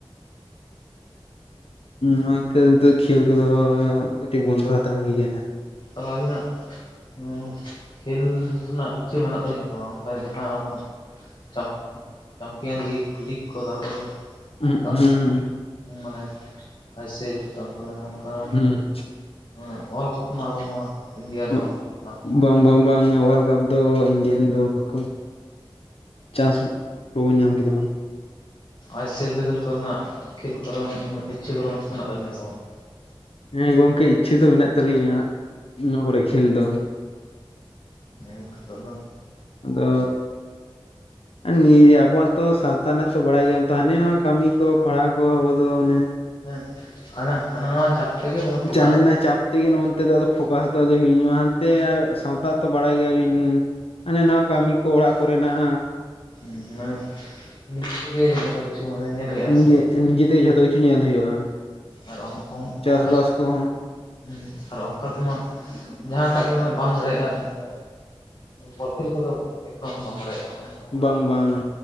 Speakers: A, on the left; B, on the left.
A: ᱚᱱᱟᱛᱮ ᱱᱤᱛᱚᱜ ᱠᱷᱮᱞ ᱠᱚᱫᱚ ᱠᱟᱹᱴᱤᱡ ᱵᱚᱱᱫᱚ ᱦᱟᱛᱟᱲ ᱦᱩᱭ ᱠᱟᱱᱟ᱾
B: ᱛᱟᱦᱚᱞᱮ ᱟᱹᱵᱤᱱᱟᱜ ᱩᱸ ᱠᱷᱮᱞ ᱨᱮᱱᱟᱜ ᱤᱪᱪᱷᱟᱹ ᱢᱮᱱᱟᱜ ᱛᱟᱹᱵᱤᱱᱟ ᱥᱮ ᱵᱟᱝ? ᱚᱱᱠᱟ ᱡᱟᱦᱟᱸ ᱟᱵᱚᱱᱟᱜ ᱪᱟᱢ ᱪᱟᱢᱯᱤᱭᱟᱱ ᱞᱤᱜ ᱞᱤᱜ ᱠᱚ ᱛᱟᱨᱯᱚᱨᱮ
A: ᱦᱩᱸᱜ
B: ᱚᱱᱠᱟ
A: ᱦᱩᱸ᱾
B: ᱢᱟᱱᱮ ᱟᱭᱥᱮᱞ ᱛᱟᱯᱚᱨᱮ ᱚᱝᱠᱟ
A: ᱦᱩᱸ᱾
B: ᱚᱸ ᱚᱣᱟᱨᱞᱰ ᱠᱟᱯ ᱢᱟ ᱟᱵᱚ ᱢᱟ ᱤᱱᱰᱤᱭᱟ
A: ᱦᱩᱸ
B: ᱫᱚ ᱵᱟᱱᱩᱜᱼᱟ᱾
A: ᱵᱟᱝ ᱵᱟᱝ ᱵᱟᱝ ᱚᱣᱟᱨᱞᱰ ᱠᱟᱯ ᱫᱚ ᱤᱱᱰᱤᱭᱟᱱ ᱫᱚ ᱵᱟᱠᱚ ᱪᱟᱥ ᱵᱟᱵᱚᱱ ᱧᱟᱢ ᱠᱮᱫᱟᱵᱚᱱ
B: ᱟᱭᱥᱮᱞ ᱞᱮᱵᱮᱞ ᱠᱚᱨᱮᱱᱟᱜ ᱠᱷᱮᱞ ᱠᱚᱨᱮ ᱩᱱᱟᱹᱜ ᱤᱪᱪᱷᱟᱹ ᱠᱚᱫᱚ ᱢᱮᱱᱟᱜ ᱛᱟᱹᱵᱤᱧᱟ ᱥᱮ ᱵᱟᱝ?
A: ᱦᱮᱸ ᱜᱚᱝᱠᱮ ᱤᱪᱪᱷᱟᱹ ᱫᱚ ᱢᱮᱱᱟᱜ ᱛᱟᱹᱟᱞᱤᱧᱟ ᱱᱚᱣᱟ ᱠᱚᱨᱮ ᱠᱷᱮᱞ ᱫᱚ᱾
B: ᱱᱤᱛᱚᱜ ᱫᱚ
A: ᱟᱫᱚ ᱟᱨ ᱱᱤᱭᱟᱹ ᱟᱵᱚᱣᱟᱜ ᱛᱚ ᱥᱟᱶᱛᱟ ᱨᱮᱱᱟᱜ ᱛᱚ ᱵᱟᱲᱟᱭ ᱜᱮᱭᱟᱢ ᱛᱚ ᱦᱟᱱᱮ ᱱᱚᱣᱟ ᱠᱟᱹᱢᱤ ᱠᱚ ᱯᱟᱲᱦᱟᱣ ᱠᱚ ᱟᱵᱚ ᱫᱚ ᱚᱱᱮ
B: ᱦᱮᱸ ᱦᱟᱱᱮ ᱦᱟᱱᱟ ᱱᱟᱣᱟ ᱪᱟᱯ ᱛᱮᱜᱮ ᱯᱷᱳᱠᱟᱥ
A: ᱪᱟᱱᱮᱱᱟ ᱪᱟᱯ ᱛᱮᱜᱮ ᱱᱚᱱᱛᱮ ᱫᱚ ᱯᱷᱳᱠᱟᱥ ᱫᱚ ᱟᱫᱚ ᱦᱤᱲᱧᱚᱜᱼᱟ ᱦᱟᱸᱱᱛᱮ ᱥᱟᱶᱛᱟ ᱛᱚ ᱵᱟᱲᱟᱭ ᱜᱮᱭᱟᱵᱤᱱ? ᱦᱟᱱᱮ ᱱᱟᱣᱟ ᱠᱟᱹᱢᱤ ᱠᱚ ᱚᱲᱟᱜ ᱠᱚᱨᱮᱱᱟᱜ
B: ᱦᱮᱸ ᱢᱟᱱᱮ ᱱᱤᱛ ᱛᱮᱜᱮ ᱡᱷᱚᱛᱚ ᱠᱤᱪᱷᱩ ᱢᱟᱱᱮ ᱧᱮᱞ ᱦᱩᱭᱩᱜᱼᱟ ᱦᱮᱸᱥᱮ?
A: ᱱᱤᱡᱮ ᱱᱤᱡᱮ ᱛᱮᱜᱮ ᱡᱷᱚᱛᱚ ᱠᱤᱪᱷᱩ ᱧᱮᱞ ᱦᱩᱭᱩᱜᱼᱟ᱾
B: ᱟᱨ ᱚᱝ ᱚᱝ
A: ᱪᱟᱥᱵᱟᱥ
B: ᱚᱝᱠᱟ ᱛᱚ
A: ᱠᱚᱦᱚᱸ
B: ᱦᱮᱸ ᱟᱨ ᱚᱱᱠᱟ ᱛᱮᱢᱟ ᱡᱟᱦᱟᱸᱴᱟᱜ ᱜᱮ ᱢᱟᱱᱮ ᱵᱟᱢ ᱫᱟᱲᱮᱭᱟᱜᱼᱟ ᱢᱟᱱᱮᱼᱼ ᱵᱚᱞ ᱠᱷᱮᱞ ᱠᱚᱫᱚ ᱮᱠᱫᱚᱢ ᱵᱟᱢ ᱫᱟᱲᱮᱭᱟᱜᱼᱟ᱾
A: ᱵᱟᱝ
B: ᱚᱱᱟ
A: ᱵᱟᱝ